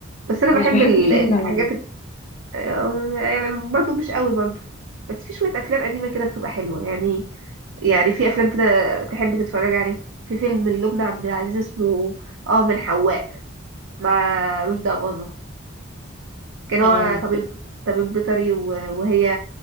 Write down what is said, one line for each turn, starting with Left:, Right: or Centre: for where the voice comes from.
Right: بس انا
Left: مش
Right: بحب
Left: بحب
Right: ال-
Left: اتفرج
Right: الحاجات
Left: على قديم
Right: ال- آه، يعني برضو مش قوي برضو بس في شويه افلام قديمه كده بتبقى حلوه يعني يعني في افلام كده تحب تتفرج عليها في فيلم لبنى عبد العزيز اسمه اه من حواء مع رشدي أباظة كان هو
Left: اه
Right: طبيب طبيب بيطري و- وهي